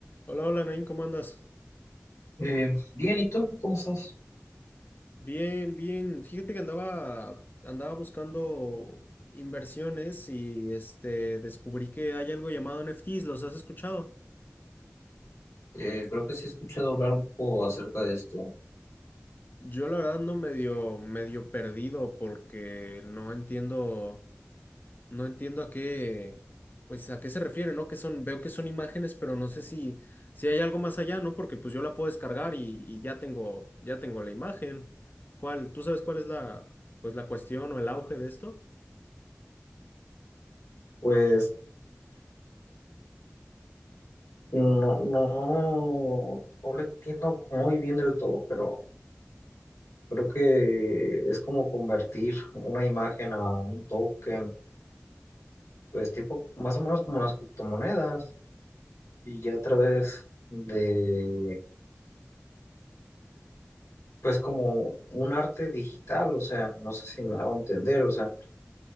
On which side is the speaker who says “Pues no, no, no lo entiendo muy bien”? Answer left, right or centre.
Left